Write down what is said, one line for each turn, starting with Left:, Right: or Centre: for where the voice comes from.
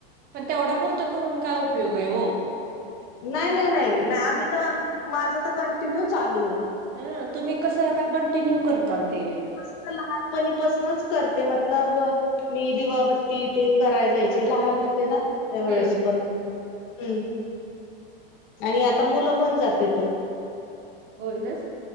Right: पण तेवढ्या पुरत करून काय उपयोग आहे हो
Left: नाही नाही नाही आम्ही तर माझं तर कंटिन्यू चालू आहे
Right: हं तुम्ही कसं आता कंटिन्यू करता ते
Left: मी काय लहानपणीपसनच करते मतलब मी दिवाबत्ती ते कराय जायचे लहान होते ना त्यावेेळेस
Right: हम्म
Left: पण हं. आणि आता मुलं पण जातेेत
Right: होय ना.